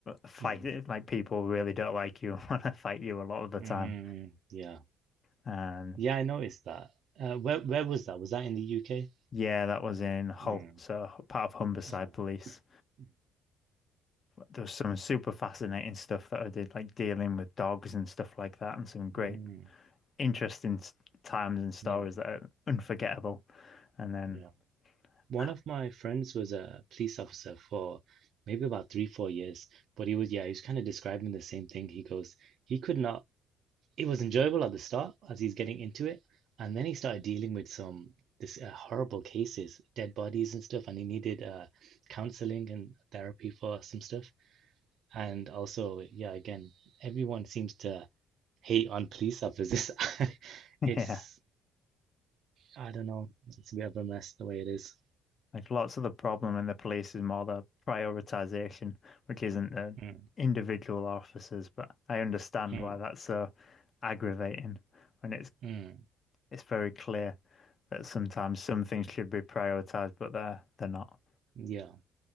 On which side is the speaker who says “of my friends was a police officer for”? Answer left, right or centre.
Right